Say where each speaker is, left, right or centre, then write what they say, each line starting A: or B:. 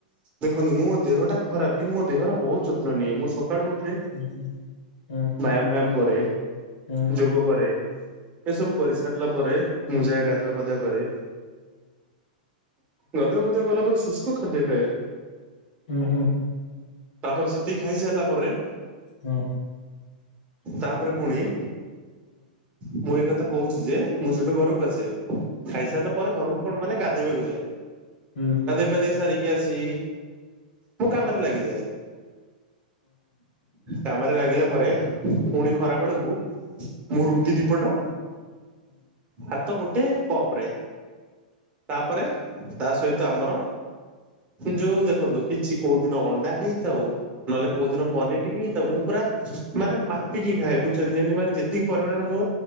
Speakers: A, on the right (about 25°); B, on the left (about 80°).
A: ଦେଖନ୍ତୁ ମୋ ଦେହଟା ଖରାପ କିନ୍ତୁ ମୋ ଦେହର ବହୁତ ଯତ୍ନ ନିଏ ମୁଁ ସକାଳୁ ଉଠ ଠେ
B: ହୁଁ ହୁଁ
A: ବ୍ୟାୟାମ ଫ୍ୟାୟାମ କରେ।
B: ହୁଁ।
A: ଯୋଗ କରେ ଏସବୁ କରିସାରିଲା ପରେ ମୁଁ ଯାଏ ଗା ଗାଧୁଆ କରେ ଗାଧୁଆ ଫାଦୁଆ କଲା ପରେ ଶୁଷ୍କ ଖାଦ୍ୟ ଖାଏ।
B: ହୁଁ ହୁଁ।
A: ତାପରେ ସେତିକି ଖାଇସାରିଲା ପରେ
B: ହଁ।
A: ତାପରେ ପୁଣି ମୁଁ ଏ କଥା କହୁଛି ଯେ ମୁଁ ସେଠୁ ଘରକୁ ଆସେ। ଖାଇସାରିଲା ପରେ ଘରକୁ କଣ ମାନେ ଗାଧେଇବାକୁ ଯାଏ।
B: ହୁଁ।
A: ଗାଧେଇ ଫାଧେଇ ସାରିକି ଆସି ମୋ କାମରେ ଲାଗିଯାଏ। କାମରେ ଲାଗିଲା ପରେ ପୁଣି ଖରା ବେଳକୁ ମୁଁ ରୁଟି ଦିପଟ ହାତ ଗୋଟେ କପ ରେ ତାପରେ ତା ସହିତ ଆମର ଯୋଉ ଦେଖନ୍ତୁ କିଛି କୋଉ ଦିନ ଅଣ୍ଡା ହେଇଥାଉ ନହେଲେ କୋଉ ଦିନ ପନିର ରି ହେଇଥାଉ ମୁଁ ପୁରା ମାନେ ମାପିକି ଖାଏ ବୁଝୁଛନ୍ତି ଯେମିତି ମାନେ ଯେ ତିକି ପରିମାଣରେ ମୋ